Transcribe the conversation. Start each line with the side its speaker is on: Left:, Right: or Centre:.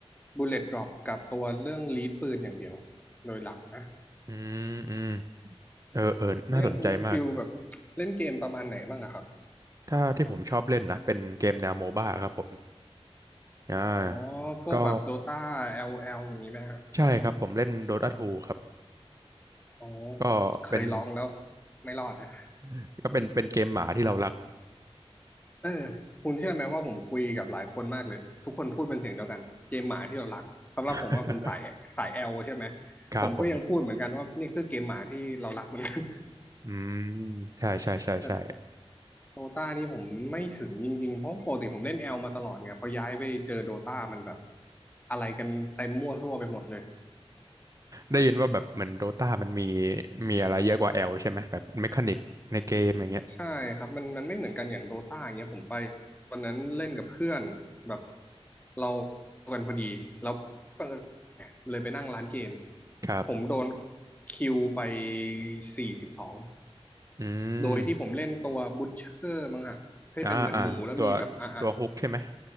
Left: Bullet Drop กับตัวเรื่องลีดปืนอย่างเดียวโดยหลักนะ
Right: อืมอืมเออเออน่าสนใจมาก
Left: แล้วอย่างคุณฟิลแบบเล่นเกมประมาณไหนบ้างอะครับ
Right: ถ้าที่ผมชอบเล่นนะเป็นเกมแนวโมบ้าครับผมอ่า
Left: อ๋อพวกแบบ
Right: ก็
Left: Dota LOL อลแอลอย่างนี้ไหมฮะ
Right: ใช่ครับผมเล่น Dota 2ครับ
Left: อ๋อ
Right: ก็เป็น
Left: เคยลองแล้วไม่รอดฮะ
Right: <laughs> ก็เป็นเป็นเกมหมาที่เรารัก
Left: เออคุณเชื่อไหมว่าผมคุยกับหลายคนมากเลย ทุกคนพูดเป็นเสียงเดียวกัน เกมหมาที่เรารัก สำหรับผมว่าผมสายสาย
Right: <laughs>
Left: L ใช่ไหม
Right: ครับผม
Left: ผมก็ยังพูดเหมือนกันว่านี่คือเกมหมาที่เรารักเหมือนกัน
Right: อืมใช่ใช่ใช่ใช่
Left: <laughs> เออ โดตานี่ผมไม่ถึงจริงๆ เพราะปกติผมเล่นแอลมาตลอดไงพอย้ายไปเจอโดตามันแบบอะไรกันเต็มมั่วซั่วไปหมดเลย
Right: ได้ยินว่าแบบเหมือนโดตามันมีมีอะไรเยอะกว่าแอลใช่ไหมแบบเมคานิกในเกมอย่างเงี้ย
Left: <coughs> ใช่ครับ มันมันไม่เหมือนกันอย่างโดตาอย่างเงี้ยผมไปวันนั้นเล่นกับเพื่อนแบบเรากันพอดี แล้วบังเอิญเลยไปนั่งร้านเกม
Right: ครับ
Left: ผมโดนคิวไปสี่สิบสอง
Right: อืม
Left: โดยที่ผมเล่นตัวบุชเชอร์มั้งฮะที่เป็นเหมือนหมูแล้วมีแบบอ่ะอ่ะ
Right: อ่าอ่าตัวตัวฮุกใช่ไหม